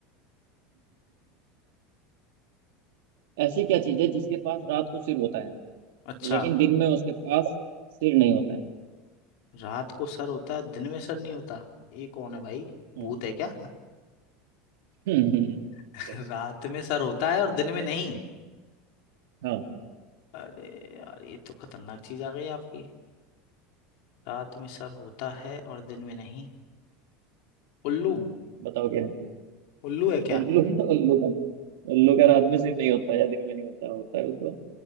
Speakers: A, on the right; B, on the left.
A: ऐसी क्या चीज है जिसके पास रात को सिर होता है
B: अच्छा
A: लेकिन दिन में उसके पास सिर नहीं होता है
B: रात को सर होता है दिन में सर नहीं होता ये कौन है भाई भूत
A: हम्म
B: है क्या
A: <laughs> हम्म,
B: <laughs>
A: देखो
B: रात में सर होता है और दिन में नहीं
A: हाँ
B: अरे यार ये तो खतरनाक चीज आ गई आपकी रात में सर होता है और दिन में नहीं उल्लू
A: हम्म, बताओ क्या है
B: उल्लू है क्या
A: उल्लू उल्लू का तो, उल्लू का रात में सिर नहीं होता या दिन में नहीं होता होता है उसको